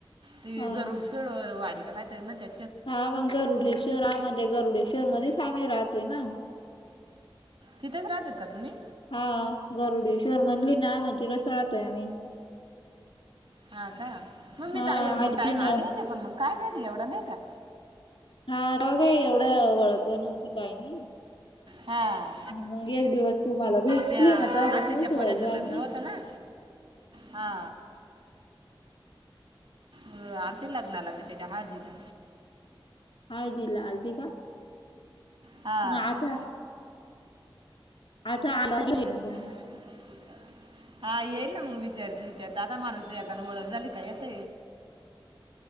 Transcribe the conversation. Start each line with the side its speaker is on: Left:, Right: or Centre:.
Right: ते
Left: हा
Right: गरुड शड वाडी का कायतरी म्हण त्या
Left: हा मग गरुडे शहरामध्ये गरुडे शहर मध्येच आम्ही राहतोय ना
Right: तिथच राहतात का तुम्ही
Left: हा गरुड शुर म्हणली ना माझी रस राहतोय आम्ही
Right: हा का मग मी
Left: हा
Right: तर आई एक दोन
Left: आधी
Right: टाईम आले
Left: न
Right: होते पण मग काय माहिती एवढं नाही का
Left: हा ते काय एवढं वळख नती काय नाही
Right: हा
Left: मग एक दिवस तू मला भेटली
Right: त्या
Left: मग तेव्हापासूनच
Right: आतीच्या पोऱ्याचं
Left: ओळख झाली
Right: लग्न होतं ना हा अ आण ते लग्नाला मी त्याच्या हाजीच्या
Left: हळदला अर्दी का
Right: हा
Left: म आता आ आेच्या
Right: ह श हा येईल ना मग विचारत विचारत आता माणूस येताना ओळख झाली काय यता